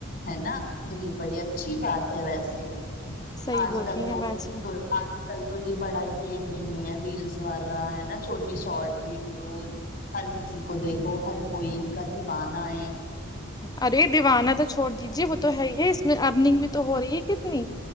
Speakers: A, on the left; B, on the left.
A: ہے نا تو یہ بڑی اچھی بات ہے ویسے
B: صحیح
A: آج
B: بول
A: کل
B: رہی ہیں
A: تو
B: باجی
A: آج کل تو یہ بڑا ہی ٹرینڈنگ میں ہے ریلس والا ہے نا چھوٹی شارٹ ویڈیوز ہر کسی کو دیکھو ہر کوئی ان کا دیوانہ ہے
B: ارے دیوانہ تو چھوڑ دیجے وہ تو ہے ہی ہے اس میں ارننگ بھی تو ہو رہی ہے کتنی